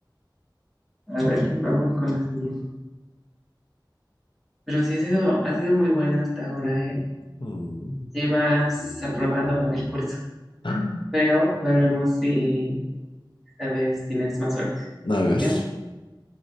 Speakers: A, in the centre; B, on the left.
A: A ver, vamos con la siguiente. Pero sí ha sido, ha sido muy bueno hasta ahora. eh.
B: Mm.
A: Llevas aprobado el curso,
B: Ah,
A: pero veremos si esta vez tienes más suerte.
B: A
A: Así
B: ver.
A: que